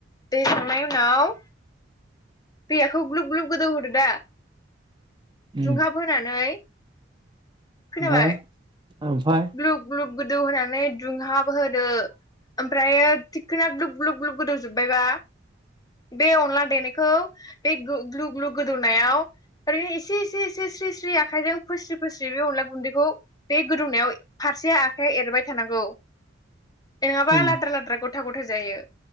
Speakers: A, on the left (about 20°); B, on the right (about 25°).
A: दै होखांनायनि उनाव दैयाखौ ग्लुब ग्लुब गोदौहरदो दा
B: उम
A: दुंहाब होनानै
B: ओमफ्राय
A: खोनाबाय?
B: ओमफाय
A: ग्लुब ग्लुब गोदौ होनानै दुंहाब होदो ओमफ्रायो थिखोना ग्लुब ग्लुब ग्लुब गोदौ जोबबायबा बे अनला देनायखौ बे ग्लु ग्लु गोदौनायाव ओरैनो एसे एसे एसे स्रि स्रि आखाइजों फोस्रि फोस्रि बे अनला गुन्दैखौ बे गोदौनायाव फारसेआ आखाइ एरबाय थानांगौ। नङाबा
B: उम
A: लाद्रा लाद्रा गथा गथ जायो।